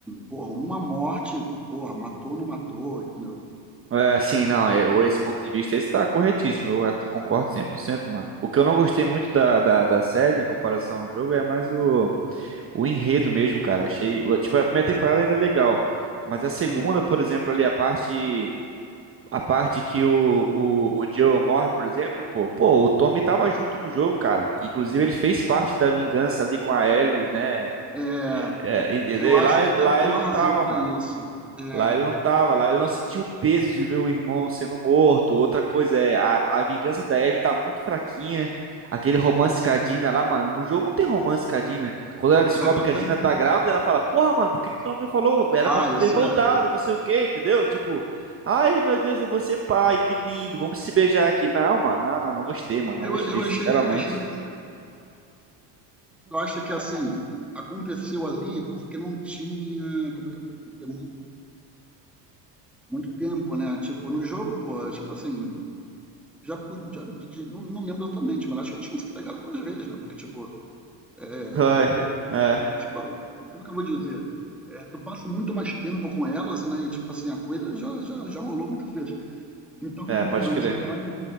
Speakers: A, in the centre; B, on the right (about 25°).
A: porra, uma morte, porra, matou ou não matou, entendeu?
B: É, sim, não, é, o- esse ponto de vista esse tá corretíssimo, eu at- concordo 100%, mano. O que eu não gostei muito da, da, da série em comparação ao jogo é mais o, o enredo mesmo, cara. Achei, o- tipo, a primeira temporada ainda é legal, mas a segunda,
A: Hum.
B: por exemplo, ali a parte a parte que o, o, o Joel morre, por exemplo, pô, pô, o Tommy tava junto no jogo, cara. Inclusive ele fez parte da vingança ali com a Ellie, né?
A: É,
B: É, e- e-
A: eu acho
B: lá,
A: que deve
B: lá
A: ter
B: ele
A: uma
B: não
A: razão
B: tava,
A: pra
B: mano.
A: isso. É,
B: Lá ele não tava, lá ele não sentiu o peso de ver o irmão sendo morto. Outra coisa é, a, a vingança da Ellie tá muito fraquinha. Aquele romance com a Dina lá, mano. No jogo não tem romance com a Dina. Quando ela descobre
A: ué, claro
B: que a
A: que
B: Dina
A: tem.
B: tá grávida, ela fala: Porra, mano, por que que tu não me falou? Era
A: Ah,
B: pra tu
A: isso
B: ter voltado
A: é.
B: e não sei o que, entendeu? Tipo, ai meu Deus, eu vou ser pai, que lindo, vamos se beijar aqui. Não, mano, não, não, não gostei, mano, não
A: Eu,
B: gostei,
A: eu achei,
B: sinceramente.
A: achei engraçadinho. achei engraçadinho. Mas Eu acho que assim, aconteceu ali porque não tinha, como é que eu vou dizer, muito, muito tempo, né? Tipo, no jogo, pô, tipo assim, já podia, não, não lembro exatamente, mas acho que eles tinham se pegado algumas vezes, né? Porque, tipo, é,
B: Ai,
A: o,
B: É,
A: o, tipo, como é que eu vou dizer? É, tu passa muito mais tempo com elas, né? E, tipo assim, a coisa já, já, já rolou muitas vezes. Então,
B: é,
A: porra,
B: pode crer.
A: no seriado,